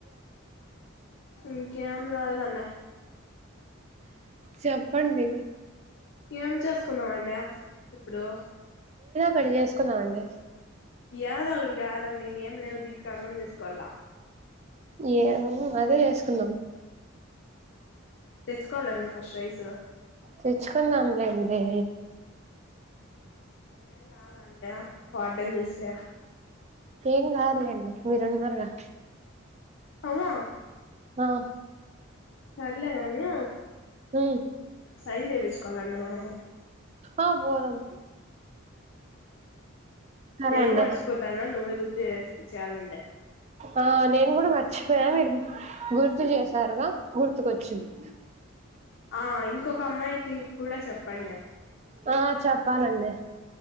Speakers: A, on the left; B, on the right.
A: ఇంక <unintelligible>
B: చెప్పండి
A: ఏం చేసుకుందమండి ఇప్పుడు
B: పడి చేేసుకున్నాడి
A: ఏదో ఒకడికి కాదండి ఇక ఏం లేవు దికు అన్నం చేసుకోవాల
B: ఏ అదే చేసుకుందాం
A: తెచ్చుకోవాలండి ఫస్ట్ రైస్
B: తెచ్చుకుందాంలేండి
A: ఎం కాదా అండి వార్డెన్ చూస్తే
B: ఏం కాదులేండి మీరున్నారుగా
A: అదా
B: ఆ
A: సర్లేగాని
B: మ్
A: టైన్ చెపించుకోవాలండి మనము
B: ఆ పోదం సరే
A: నేను
B: అండి
A: మర్చిపోతాను నువ్వే గుర్తు చెయ్యాలండి ఇ
B: ఆ నేను కూడా మర్చిపోయా మీరు గుర్తు చేసారుగా గుర్తుకొచ్చింది
A: ఆ ఇంకొక అమ్మాయి తిరు కూడా చెప్పండి
B: ఆ చెప్పాలండి